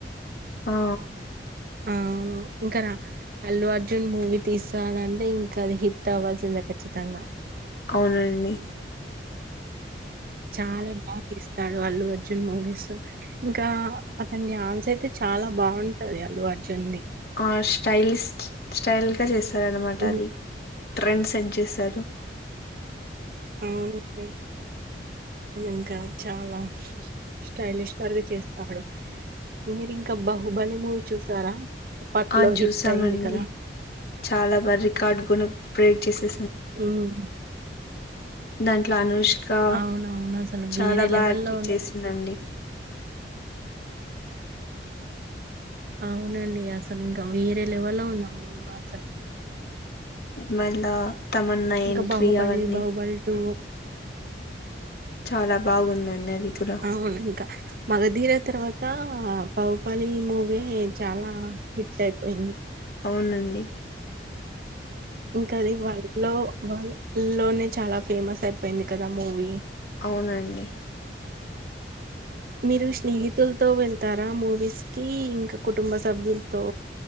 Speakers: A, on the left; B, on the right.
A: ఆ
B: అవును ఇంకా రా అల్లు అర్జున్ మూవీ తీస్తానడంటే ఇంకా అది హిట్ అవ్వాల్సిందే ఖచ్చితంగా.
A: అవునండి
B: చాలా బాగా తీస్తాడు అల్లు అర్జున్ మూవీస్, ఇంకా అతని డ్యాన్స్ అయితే చ చాలా బాగుంటది అల్లు అర్జున్ది
A: ఆ స్టైలిస్ స్టైల్గా చేస్తారనమాట
B: ఉమ్,
A: అది ట్రెండ్ సెంట్ చేశారు
B: <unintelligible> అవును ఇంకా చాలా స్టైలిష్ స్టార్గా చేస్తాడు మీరు ఇంకా బాహుబలి మూవీ చూసారా అప్పట్లో
A: ఆ చూసామండి
B: హిట్ అయింది కదా
A: చాలా బా రికార్డు కూన బ్రేక్ చేసే
B: హ్మ్
A: దాంట్లో అనుష్ కా
B: అవునవును అసలు
A: చాలా
B: వేరే
A: బా
B: లెవెల్లో
A: యాక్టింగ్
B: ఉంది
A: చేసిందండి
B: అవునండి అసలు ఇంకా వీరే లెవెల్లో ఉందా మూవీ మాత్రం
A: మళ్ళా తమన్నా
B: ఇంకా
A: ఎంట్రీ
B: బాహుబలి
A: అవన్నీ
B: బాహుబలి టూ
A: చాలా బాగుందండి అది కూడా
B: అవునింకా మగదీర తర్వాత బాహుబలి మూవీ చాలా హిట్ అయిపోయింది
A: అవునండి
B: ఇంకా అది వరడ్ లో వ లోనే చాలా ఫేమస్ అయిపోయింది కదా మూవీ
A: అవునండి
B: మీరు స్నేహితులతో వెళ్తారా మూవీస్ కి ఇంకా కుటుంబ సభ్యుల్ తో